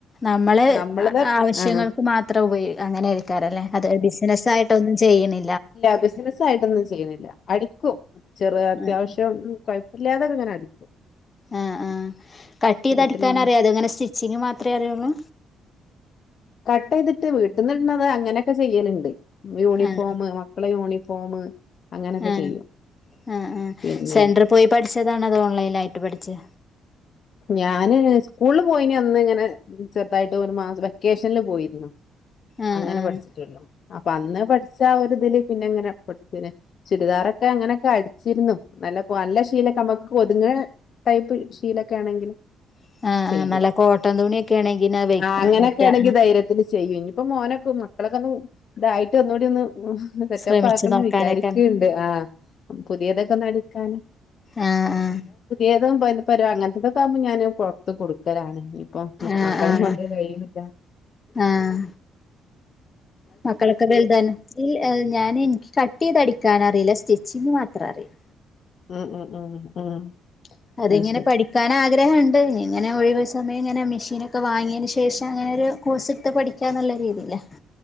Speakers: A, on the left; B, on the left.
A: നമ്മള്
B: നമ്മളത്
A: ആവിശ്യങ്ങൾക്ക്
B: ആഹ്
A: മാത്രം ഉപയൊ അങ്ങനൈക്കാറല്ലേ അത് ബിസിനസ്സായിട്ടൊന്നും ചെയ്യ്ണ്
B: ല്ല ബിസ്നസായിട്ടൊന്നും ചെയ്യ്ണില്ല അടിക്കും ചെറ്ത് അത്യാവശ്യം
A: ഉം
B: കൊയ്പല്ല്യാതെങ്ങനെ അടിക്കും
A: ആ ആ കട്ടെയ്തടിക്കാനറിയോ
B: വീട്ടില് നമ്മ
A: അതൊ ഇങ്ങനെ സ്റ്റിച്ചിങ് മാത്രേ അറിയൊള്ളു
B: കട്ടെയ്തിട്ട് വെട്ട്ന്ന്ട്ണത് അങ്ങനൊക്കെ ചെയ്യല്ണ്ട് യൂണിഫോമ്
A: ആഹ്
B: മക്കളെ യൂണിഫോമ് അങ്ങനെയൊക്കെ
A: അ
B: ചെയ്യും
A: ആ ആ
B: പിന്നെ
A: സെന്റ്ർ പോയി പട്ച്ചതാണോ അതൊ ഓൺലൈൻ ആയിട്ട് പഠിച്ചോ
B: ഞാന് സ്കൂള് പോയിരുന്ന അന്ന് ഇങ്ങനെ ചെർതായിട്ട് ഒരു മാസം വെക്കേഷൻല് പോയിര്ന്നു.
A: ആഹ്
B: അങ്ങനെ
A: ആഹ്
B: പഠിച്ചിട്ടുണ്ട് അപ്പം അന്ന് പഠിച്ച ആ ഒരു ഇതില് പിന്നെ ഇങ്ങനെ. <unintelligible> ചുരിദാറൊക്കെ അങ്ങനൊക്കെ അടിച്ചിരുന്നു നല്ല ശീല ഒക്കെ നമ്മക്ക് ഒത്ങ്ങ്ണ ടെയ്പ്പ് ശീലൊക്കെ ആണെങ്കില്
A: ആഹ്
B: ചെയ്യും
A: ആഹ് നല്ല കോട്ടൺ തുണിയൊക്കെ ആണെങ്കിൽ അത് വെക്കും
B: ആ അങ്ങനൊക്കെ
A: മറ്റേ
B: ആണെങ്കില് ധൈര്യത്തില് ചെയ്യും. ഇപ്പൊ മോനൊക്കൊന്ന് മക്കളൊക്കെ ഇതായിട്ടൊന്നും കൂടി ഒന്ന് സെറ്റപ്പ്
A: ശ്രമിച്ചു
B: ആക്കണംന്ന്
A: നോക്കാനൊക്കെ
B: വിചാരിക്ക്ണ്ട് ആഹ് പുതിയതൊക്കെ അടിക്കാന്
A: ആഹ് ആഹ്
B: ഏത പ്പര അങ്ങൻത്തൊക്കെ ആവുമ്പം ഞാന് പുറത്ത് കൊടുക്കലാണ്. ഇപ്പൊ മക്കളെ
A: ആഹ് ആഹ്
B: കൊണ്ട് കയ്ണില്ല.
A: ആഹ് മക്കളൊക്കെ വല്താണ് ഇല്ല ഞാനീ ഇൻക്ക് കട്ട് ചെയ്ത് അടിക്കാനഅറീല സ്റ്റിച്ചിങ്ങ് മാത്രം അറിയും
B: ഉം ഉം ഉം ഉം
A: അതിങ്ങനെ
B: അത് ശരി
A: പഠി കാന് ആഗ്രഹണ്ട് ഇനി ഇങ്ങനെ ഒഴിവ് സമയം ഇങ്ങനെ മെഷീനൊക്കെ വാങ്ങിയതിന് ശേഷം അങ്ങനെ ഒരു കോഴ്സ് എട്ത്ത് പഠിക്കാന്ള്ള രീതിയില്